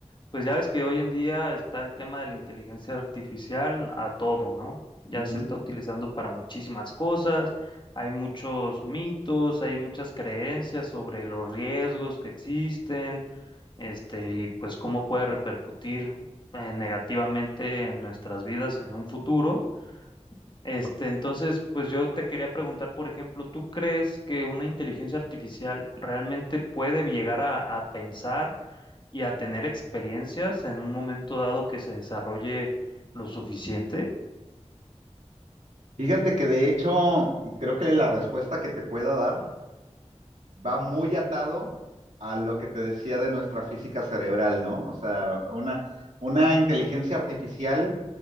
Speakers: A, on the left; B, on the right.
A: pues ya ves que hoy en día está el tema de la inteligencia artificial a todo, ¿no? Ya
B: Ujú.
A: se está utilizando para muchísimas cosas, hay muchos mitos, hay muchas creencias sobre los riesgos que existen, este, y pues cómo puede repercutir eh, negativamente en nuestras vidas en un futuro. Este, entonces, pues yo te quería preguntar, por ejemplo, ¿tú crees que una inteligencia artificial realmente puede llegar a, a pensar y a tener experiencias en un momento dado que se desarrolle lo suficiente?
B: Fíjate que de hecho creo que la respuesta que te pueda dar va muy atado a lo que te decía de nuestra física cerebral, ¿no? O sea, una, una inteligencia artificial